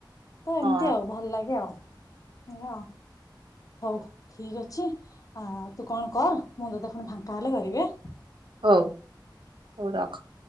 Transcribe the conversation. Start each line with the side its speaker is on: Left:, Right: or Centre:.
Left: ତ
Right: ହଁ
Left: ଏମତି ଆଉ ଭଲ ଲାଗେ ଆଉ। ଆ ହଉ ଠିକ୍ ଅଛି। ଆ ତୁ କଣ କର ମୁଁ ତତେ ପୁଣି ଫାଙ୍କା ହେଲେ କରିବି ଆ।
Right: ହଉ ହଉ ରଖ।